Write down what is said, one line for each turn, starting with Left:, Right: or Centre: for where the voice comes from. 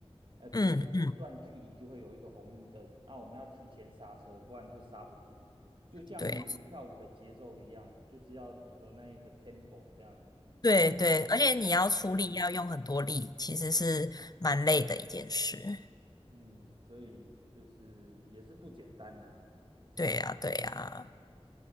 Right: 呃，比如说一段距离就会有一个红绿灯，
Left: 嗯嗯，
Right: 那我们要提前刹车，不然就刹不住。就像你们跳舞的节奏一样，
Left: 对
Right: 就是要有那一个 tempo 这样。
Left: 对对，
Right: 嗯，
Left: 而且你要出力，
Right: 还蛮有趣的。
Left: 要用很多力，其实是蛮累的一件事。
Right: 嗯，所以就是也是不简单啦。
Left: 对呀，对呀。